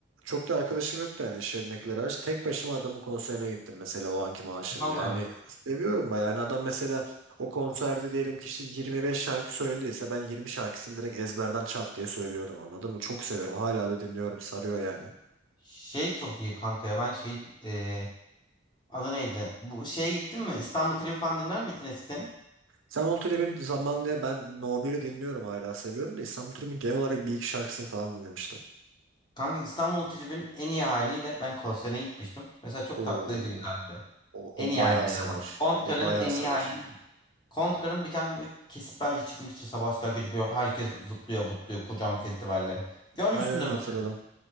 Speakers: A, on the right (about 85°); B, on the left (about 20°).
A: Çok da arkadaşım yoktu yani şirinlikleri aç. Tek başıma adamın konserine gittim mesela o anki maaşımla.
B: Valla.
A: Yani seviyorum bayağı. Yani adam mesela o konserde diyelim ki işte 25 şarkı söylediyse ben 20 şarkısını direkt ezberden çat diye söylüyordum anladın mı? Çok seviyorum. Hala da dinliyorum. Sarıyor yani.
B: Şey çok iyi kanka ya ben şey e, adı neydi? Bu şeye gittin mi? İstanbul Tribi falan dinler miydin eskiden?
A: İstanbul Trip'in zamanında ben No 1'i dinliyorum hala seviyorum da İstanbul Trip'in genel olarak bir iki şarkısını falan dinlemiştim.
B: Kanka İstanbul Tribi'nin en iyi haliyle ben konserine gitmiştim. Mesela çok
A: Oo,
B: tatlıydı güzeldi.
A: o,
B: En
A: o
B: iyi
A: bayağı
B: halleri
A: sarar.
B: ama. Kontkar'ın
A: O bayağı
B: en
A: sarar.
B: iyi halini. Kontkar'ın bir tane böyle kesit belge çıkmıştır Sabahattin Gece böyle herkes zıplıyor butluyor kocaman festivalle. Görmüşsündür
A: Aynen öyle,
B: mutlaka.
A: hatırladım.